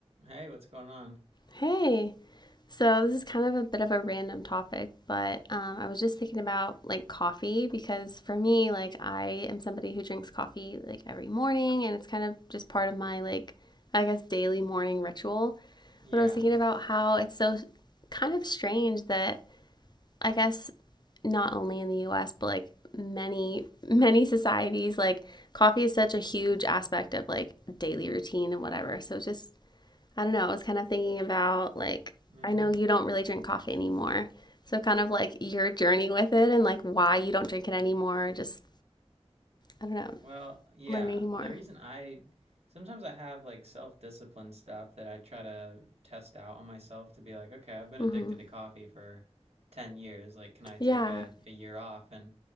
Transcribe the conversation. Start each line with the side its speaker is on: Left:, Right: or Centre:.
Right: Hey, what's going on?
Left: Hey, so this is kind of a bit of a random topic, but um, I was just thinking about like coffee because for me, like I am somebody who drinks coffee like every morning and it's kind of just part of my like, I guess, daily morning ritual.
Right: Yeah.
Left: But I was thinking about how it's so kind of strange that I guess not only in the US, but like many, many societies, like coffee is such a huge aspect of like daily routine and whatever. So it's just I don't know, I was kind of thinking about like
Right: Mm-hmm.
Left: I know you don't really drink coffee anymore. So kind of like your journey with it and like why you don't drink it anymore, just I don't know,
Right: Well, yeah.
Left: learning more.
Right: The reason I sometimes I have like self-discipline stuff that I try to test out on myself to be like, okay, I've been
Left: Mhm.
Right: addicted to coffee for 10 years. Like, can I take
Left: Yeah.
Right: a, a year off? And